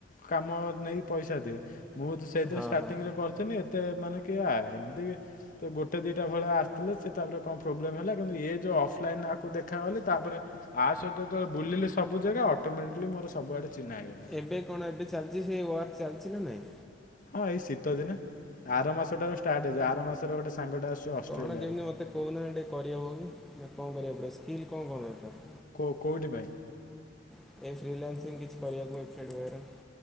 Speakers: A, on the left; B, in the centre.
A: କାମ ନେଇ ପଇସା ଦିଏ। ମୁଁ ତ ସେଇଥିରେ
B: ହଁ
A: ଷ୍ଟାର୍ଟିଙ୍ଗ
B: ହଁ।
A: ରେ କରିଥିନି ଏତେ ମାନେ କିଏ ଆ ଏମିତି। ତ ଗୋଟେ ଦିଟା ଭଳିଆ ଆସିଥିଲେ। ସେ ତାପରେ କଣ ପ୍ରୋବ୍ଲେମ୍ ହେଲା କିନ୍ତୁ ଇଏ ଯୋଉ ଅଫଲାଇନ ଆକୁ ଦେଖାକଲି ତାପରେ। ଆ ସହିତ ଯେତବେଳେ ବୁଲିଲି ସବୁ ଜାଗା ଅଟୋମେଟିକଲି ମୋର ସବୁଆଡେ ଚିହ୍ନା <unintelligible>
B: ଏବେ କଣ ଏବେ ଚାଲିଛି ସେ ୱାର୍କ ଚାଲିଚି ନା ନାଇଁ?
A: ହଁ ଏଇ ଶୀତ ଦିନେ ଆର ମାସଠାରୁ ଷ୍ଟାର୍ଟ ହେଇଯିବ, ଆର ମାସରୁ ଗୋଟେ ସାଙ୍ଗଟା ଆସୁଛି ଅଷ୍ଟ୍ରେଲିଆରୁ।
B: କଣ କେମିତି ମତେ କହୁନା ଟିକେ କରି ହଉନି କଣ କରିବାକୁ ପଡ଼ିବ ସ୍କିଲ୍ କଣ-କଣ ଦରକାର୍।
A: କୋଉ କୋଉଠି ପାଈଁ?
B: <inaudible>